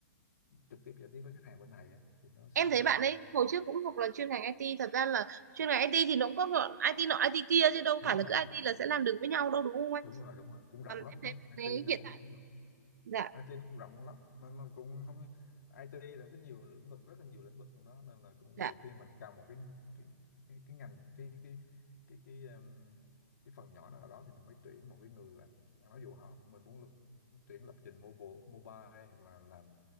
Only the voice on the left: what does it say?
trực tiếp giao tiếp với khách hàng bên này á, thì nó sẽ
ờ,
đúng
rồi
đúng rồi đúng rồi cũng rộng
lắm
nó
IT
nó
cũng
IT nó cũng rộng lắm nên nó cũng không IT là cái nhiều lĩnh vực rất là nhiều lĩnh vực trong đó nên là cũng
nhiều khi mình cần một cái cái cái, cái ngành cái cái cái cái um, cái phần nhỏ nào đó thì mình mới tuyển một cái người bạn bạn ví dụ họ mình muốn lập- tuyển lập trình mobile mobile hoặc là làm